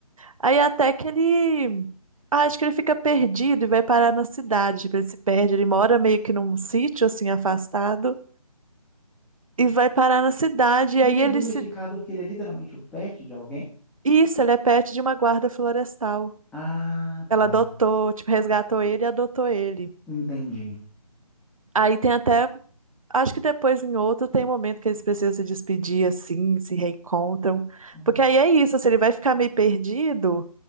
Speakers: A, on the right (about 60°); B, in the centre.
A: Aí até que ele ah, acho que ele fica perdido e vai parar na cidade, tipo, ele se perde, ele mora meio que num sítio assim afastado e vai parar na cidade e
B: Mas
A: aí
B: ele é
A: ele
B: domesticado
A: se
B: porque ele é literalmente o pet de alguém?
A: Isso, ele é pet de uma guarda florestal.
B: Ah,
A: Ela
B: tá.
A: adotou, tipo, resgatou ele e adotou ele.
B: Entendi.
A: Aí tem até Acho que depois, em outro, tem momento que eles precisam se despedir, assim, se reencontram.
B: Hum.
A: Porque aí é isso, assim, ele vai ficar meio perdido